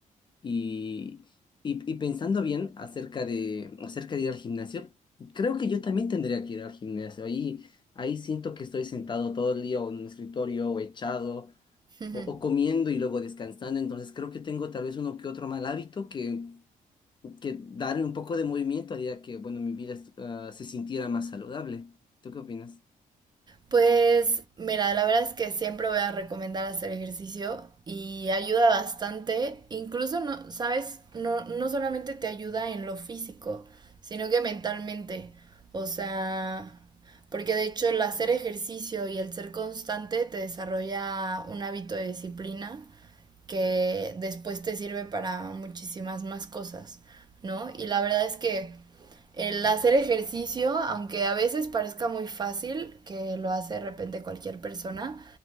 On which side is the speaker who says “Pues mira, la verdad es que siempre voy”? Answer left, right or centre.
Right